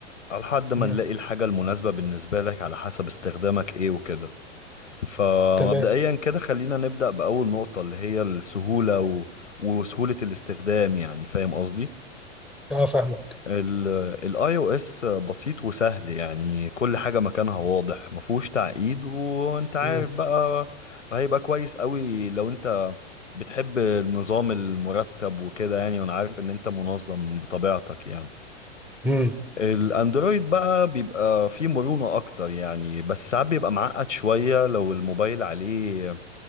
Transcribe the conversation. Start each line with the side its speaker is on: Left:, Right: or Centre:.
Left: على حد ما
Centre: مم.
Left: نلاقي الحاجة المناسبة بالنسبة لك على حسب استخدامك ايه وكده فمبدئيا
Centre: تمام
Left: كده خلينا نبدأ بأول نقطة اللي هي السهولة و... وسهولة الاستخدام يعني فاهم قصدي
Centre: اه فاهمك
Left: الاي او اس بسيط وسهل يعني كل حاجة مكانها واضح مفهوش تعقيد وانت عارف
Centre: مم.
Left: بقى هيبقى كويس قوي لو انت بتحب النظام المرتب وكده يعني وانا عارف ان انت منظم بطبيعتك يعني
Centre: مم.
Left: الاندرويد بقى بيبقى فيه مرونة اكتر يعني بس ساعات بيبقى معقد شوية لو الموبايل عليه